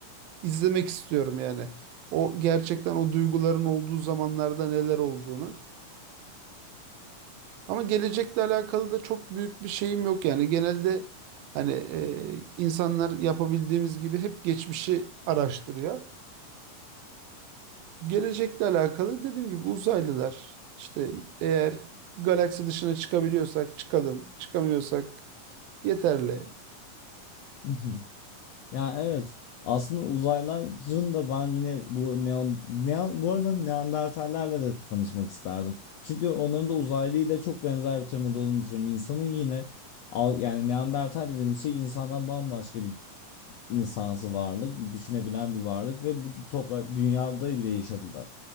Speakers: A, on the right; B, on the left.
A: izlemek istiyorum yani. O gerçekten o duyguların olduğu zamanlarda neler olduğunu. Ama gelecekle alakalı da çok büyük bir şeyim yok yani. Genelde hani e, insanlar yapabildiğimiz gibi hep geçmişi araştırıyor. Gelecekle alakalı dediğim gibi uzaylılar işte eğer galaksi dışına çıkabiliyorsak çıkalım, çıkamıyorsak yeterli.
B: <laughs> Ya evet. Aslında uzaylıların da ben yine bu neon, neon bu arada Neandertallerle de tanışmak isterdim. Çünkü onların da uzaylıyla çok benzer bir temada olduğunu düşünüyorum. İnsanın yine al- yani Neandertal dediğimiz şey insandan bambaşka bir insansı varlık, düşünebilen bir varlık ve bu toprak dünyada bile yaşadılar.